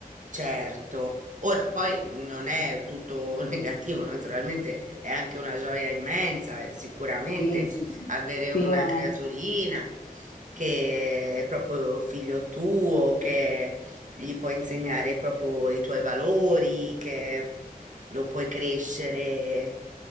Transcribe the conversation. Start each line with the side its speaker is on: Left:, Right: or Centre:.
Right: certo. Ora, poi non è tutto <laughs> negativo, naturalmente è anche una gioia immensa, eh, sicuramente
Left: Sì, sì, sì,
Right: avere
Left: sicuramente.
Right: una creaturina che è proprio figlio tuo, che gli puoi insegnare proprio i tuoi valori, che lo puoi crescere.